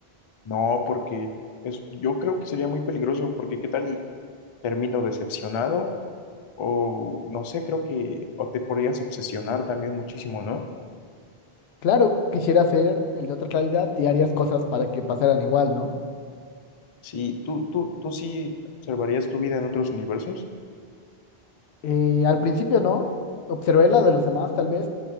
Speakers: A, on the left (about 55°); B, on the left (about 85°).
A: No, porque es, yo creo que sería muy peligroso, porque qué tal y termino decepcionado, o no sé, creo que o te podrías obsesionar también muchísimo, ¿no?
B: Claro, quisiera ser el de otra realidad y harías cosas para que pasaran igual, ¿no?
A: Sí, tú, tú, tú sí observarías tu vida en otros universos.
B: Eh, al principio no, observé las de los demás tal vez,